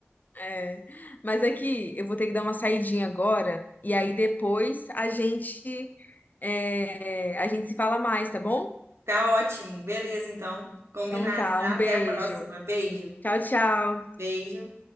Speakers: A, on the left (about 40°); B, on the right (about 70°).
A: É. Mas é que eu vou ter que dar uma saidinha agora. E aí depois a gente, é, a gente se fala mais, tá bom?
B: Tá ótimo. Beleza, então. Combinado,
A: Então tá,
B: tá?
A: um
B: Até
A: beijo.
B: a próxima. Beijo.
A: Tchau, tchau.
B: Beijo.